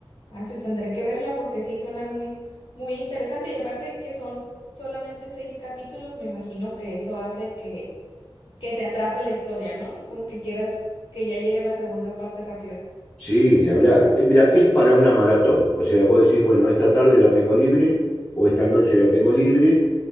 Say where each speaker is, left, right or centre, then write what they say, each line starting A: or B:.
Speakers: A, on the left; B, on the left.
A: Ah, pues tendré que verla porque sí suena muy, muy interesante. Y aparte que son solamente seis capítulos, me imagino que eso hace que, que te atrape la historia, ¿no? Y como que quieras que ya llegue la segunda parte rápido.
B: Sí, ni hablar. Eh, mira, es para una maratón. O sea, vos decís, bueno, esta tarde la tengo libre o esta noche la tengo libre,